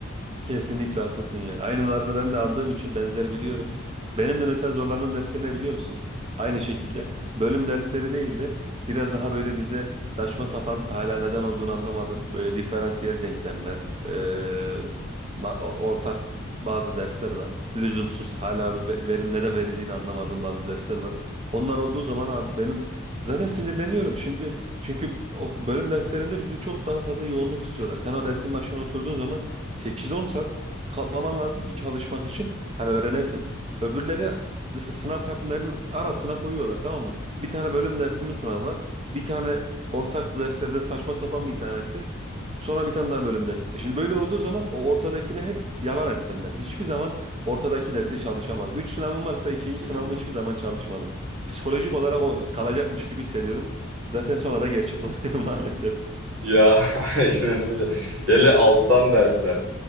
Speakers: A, on the right; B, on the right.
A: Kesinlikle haklısın ya. Aynılarını ben de aldığım için benzer biliyorum. Benim de mesela zorlandığım dersler ne biliyor musun? Aynı şekilde bölüm dersleri değil de biraz daha böyle bizde saçma sapan hala neden olduğunu anlamadım. Böyle diferansiyel denklemler, eee, ma- ortak bazı dersler var. Lüzumsuz hala ve- verin neden verildiğini anlamadığım bazı dersler var. Onlar olduğu zaman abi benim zaten sinirleniyorum. Şimdi çünkü o bölüm derslerinde bizi çok daha fazla yoğunluk istiyorlar. Sen o dersin başına oturduğun zaman 8-10 saat kalkmaman lazım ki çalışmak için hani öğrenesin. Öbürleri mesela sınav takvimlerinin arasına koyuyorlar tamam mı? Bir tane bölüm dersimin sınavı var. Bir tane ortak derslerden saçma sapan bir tanesi. Sonra bir tane daha bölüm dersi. E Şimdi böyle olduğu zaman o ortadakini hep yalan ettim ben. Hiçbir zaman ortadaki dersi çalışamadım. 3 sınavım varsa ikinci sınavımı
B: <laughs>
A: hiçbir zaman çalışmadım. Psikolojik olarak o kalacakmış gibi hissediyorum. Zaten sonra da gerçek oluyor <laughs> maalesef.
B: Ya <laughs> aynen öyle. Hele alttan dersler.